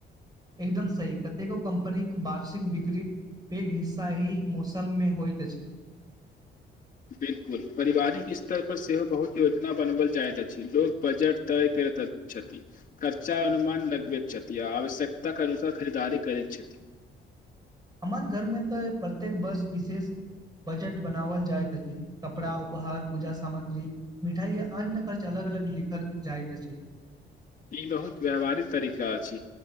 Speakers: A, on the right (about 20°); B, on the left (about 40°).
A: एकदम सही कतेको कम्पनीके वार्षिक बिक्र पैघ हिस्सा ही मौसममे होइत अछ
B: बिल्कुल पारिवारिक स्तर पर सेहो बहु योजना बनाओल जाइत अछि लोकोग बजट तय करैत छथ खर्चा अनुमान लगबे छथिआ आवश्यकताके अनुसार खरीदारी करैत छथि
A: हमर घरमे तऽ प्रत्येक बस विशे बजट बनावल जाइत अछि कपड़ा उपहार पूज सामग्री मिठाई अन खर्च अलग अलग लिखल जाइत छ
B: ई बहुत व्यावहारिक तरीका अछ